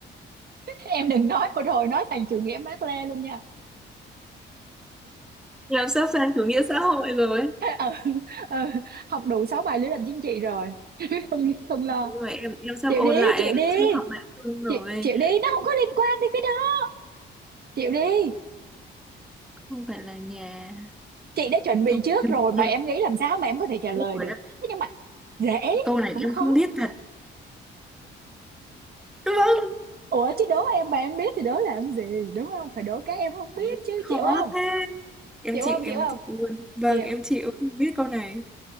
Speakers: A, on the right; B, in the centre.
A: em đừng nói một hồi nói thành chủ nghĩa Mác Lê luôn nha
B: làm sắp sang chủ nghĩa xã hội rồi
A: Ờ, ừ, ừ, học đủ 6 bài lý luận chính trị rồi không không lo
B: Đúng rồi, em em sắp
A: chịu
B: ôn
A: đi
B: lại
A: chịu đi
B: triết học Mạc Lương rồi
A: chịu chịu đi nó không có liên quan đến cái đó chịu đi
B: không phải là nhà
A: chị đã chuẩn bị
B: thôi
A: trước
B: em
A: rồi mà
B: em
A: em nghĩ làm sao mà em có thể trả lời
B: biết rồi
A: được
B: đó
A: Thế nhưng mà dễ
B: câu này
A: cũng
B: em
A: khó
B: không biết thật vâng
A: ủa chứ đố em mà em biết thì đố làm gì đúng không phải đố cái em không biết
B: Ôi,
A: chứ
B: khó
A: chịu không
B: thế em
A: chịu
B: chịu
A: không
B: em
A: chịu không
B: chịu luôn vâng
A: chịu
B: em chịu không biết câu này